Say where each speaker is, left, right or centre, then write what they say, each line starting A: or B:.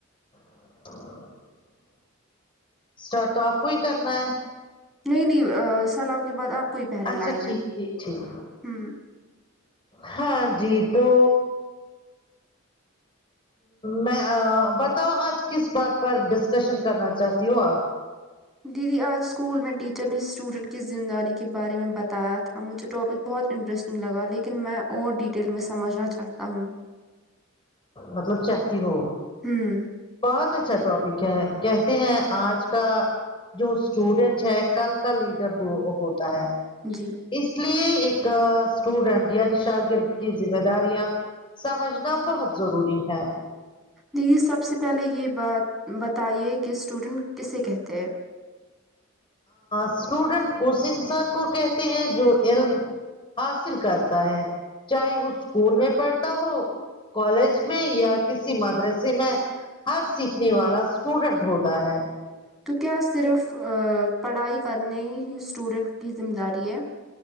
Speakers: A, on the left; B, in the centre.
A: <inaudible> اسٹارٹ تو آپ کو ہی کرنا ہے
B: نہیں نہیں سلام کے بعد آپ کو ہی پہلی
A: اچھا
B: لائن
A: ٹھیک
B: ہے
A: ٹھیک ٹھیک
B: ہوں
A: ہاں جی تو میں بتاؤ آج کس بات پر ڈسکشن کرنا چاہتی ہو آپ
B: دیدی آج اسکول میں ٹیچر نے اسٹوڈنٹ کی ذمہ داری کے بارے میں بتایا تھا مجھے ٹاپک بہت انٹرسٹنگ لگا لیکن میں اور ڈیٹیل میں سمجھنا چاہتا ہوں
A: مطلب چاہتی ہو
B: ہوں
A: بہت اچھا ٹاپک ہے کہتے ہیں آج کا جو اسٹوڈینٹ ہے کل کا لیڈر ہو ہوتا ہے
B: جی
A: اس لیے ایک اسٹوڈنٹ یعنی شاگرد کی ذمہ داریاں سمجھنا بہت ضروری ہے
B: جی سب سے پہلے یہ بات بتائیے کہ اسٹوڈنٹ کسے کہتے ہیں
A: اسٹوڈنٹ اس انسان کو کہتے ہیں جو علم حاصل کرتا ہے چاہے وہ اسکول میں پڑھتا ہو کالج میں یا کسی مدرسے میں ہر سیکھنے والا اسٹوڈنٹ ہوتا ہے
B: تو کیا صرف پڑھائی کرنے ہی اسٹوڈنٹ کی ذمہ داری ہے